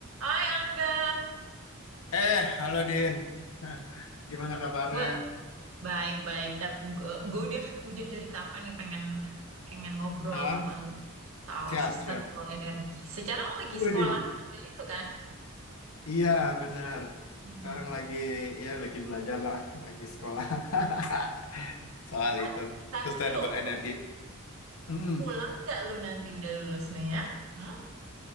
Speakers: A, on the right; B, on the left.
A: Hai Angga,
B: Eh, halo Din. <laughs> Hah, Gimana kabarnya?
A: gue baik-baik tapi gue gue udah udah dari kapan nih pengen pengen ngobrol
B: Hah?
A: sama lu soal
B: Siap,
A: sustainable
B: siap.
A: energy. Secara lo lagi
B: Widih.
A: sekolah ngambil itu kan?
B: Iya, benar.
A: Hmm.
B: Sekarang lagi ya lagi belajar lah, lagi sekolah. <laughs> Soal
A: Ah,
B: itu,
A: Ntar
B: sustainable
A: dulu,
B: energy.
A: lu
B: Mm.
A: pulang nggak lu nanti udah lulus nih ya? Hmm?